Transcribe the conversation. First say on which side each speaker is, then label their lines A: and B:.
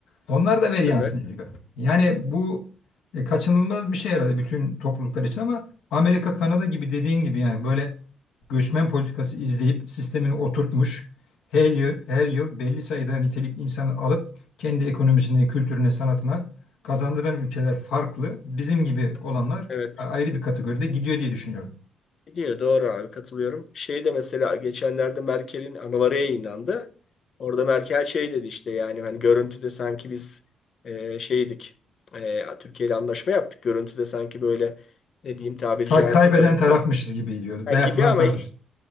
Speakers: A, on the left; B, on the left.
A: Onlar da veri yansın
B: evet,
A: ediyor. Yani bu e, kaçınılmaz bir şey herhalde bütün topluluklar için ama Amerika, Kanada gibi dediğin gibi yani böyle göçmen politikası izleyip sistemini oturtmuş her yıl, her yıl belli sayıda nitelikli insanı alıp kendi ekonomisine, kültürüne, sanatına kazandıran ülkeler farklı. Bizim gibi olanlar
B: evet.
A: a- ayrı bir kategoride gidiyor diye düşünüyorum.
B: Gidiyor doğru abi katılıyorum. Şey de mesela geçenlerde Merkel'in anıları yayınlandı. Orada Merkel şey dedi işte yani hani görüntüde sanki biz e, şeydik. E, Türkiye ile anlaşma yaptık. Görüntüde sanki böyle ne diyeyim tabiri
A: Kay-
B: caizse
A: kaybeden
B: kazık
A: tarafmışız gibi gidiyordu. Dayatılan
B: gibi ama
A: tarafmışız.
B: hiç